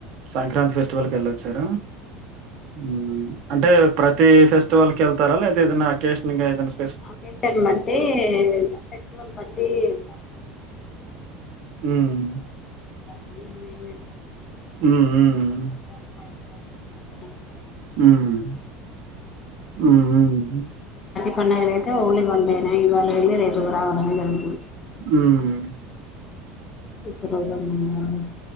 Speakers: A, on the right (about 60°); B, on the left (about 35°).
A: సంక్రాంతి ఫెస్టివల్కి వెళ్ళొచ్చారా ఉమ్ అంటే ప్రతి ఫెస్టివల్ కి వెళ్తారా లేతే ఏదన్నా అకేషన్ ఇంక ఏదనా
B: ఆకెషన్ బట్టి ఫెస్టివల్ బట్టి వెళ్తాం
A: ఉమ్
B: <inaudible>
A: ఉమ్
B: కంపల్సరీ
A: ఉమ్
B: వెళ్ళి ఒక ఫైవ్ ఫైవ్ డేస్ వెళ్ళాము
A: ఉమ్ ఉమ్
B: పండగలు అయితే ఓన్లీ వన్డే నే ఇవాళ వెళ్లి రేపు రావడమే దానికి
A: ఉమ్
B: ఇప్పుడు <unintelligible>